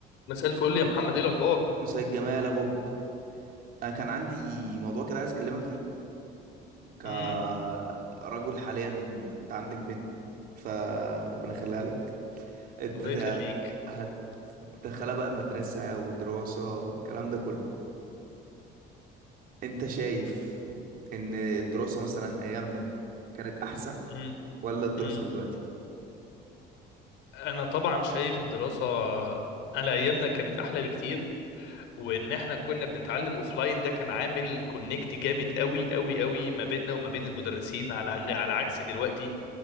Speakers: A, on the left; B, on the right.
A: مساء الفل يا محمد ايه الاخبار
B: سيد جمال يا بوب انا كان عندي موضوع كده عايز اكلمك فيه كرجل
A: امم
B: حاليا انت عندك بنت فربنا يخليها لك انت
A: الله
B: ت-
A: يخليك
B: هتدخلها بقى مدرسة ودراسة والكلام ده كله انت شايف ان الدراسة مثلا ايامنا كانت احسن
A: امم
B: ولا الدراسة
A: امم
B: دلوقتي
A: انا طبعا شايف الدراسه على ايامنا كانت احلى بكتير وان احنا كنا بنتعلم اوفلاين ده كان عامل كونكت جامد قوي قوي قوي ما بيننا وما بين المدرسين على على عكس دلوقتي